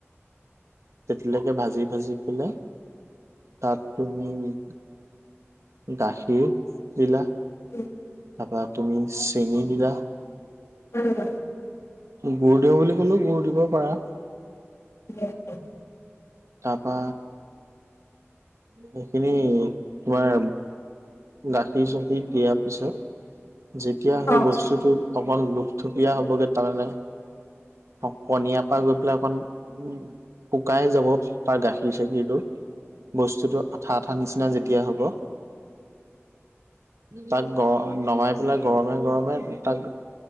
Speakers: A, on the right (about 80°); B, on the left (about 70°).
A: তেতিলৈকে ভাজি ভাজি পেলে তাত তুমি গাখীৰ দিলা।
B: উম।
A: তাৰপা তুমি চেনী দিলা।
B: উম।
A: গুড় দিওঁ বুলি ক'লেও গুড় দিব পাৰা।
B: <inaudible>
A: তাৰপা সেইখিনি তোমাৰ গাখীৰ চাখিৰ দিয়া পিছত যেতিয়া
B: আজি
A: হয় বস্তুটো অকন লোকথুপীয়া হবগে তাৰনে প পনীয়া পা গৈ পেলাই অকন উ শুকাই যাব তাৰ গাখীৰ চাখীৰটো। বস্তুতটো আঠা আঠা নিচিনা যেতিয়া হ'ব। তাক গ নমাই পেলাই গৰমে গৰমে তাক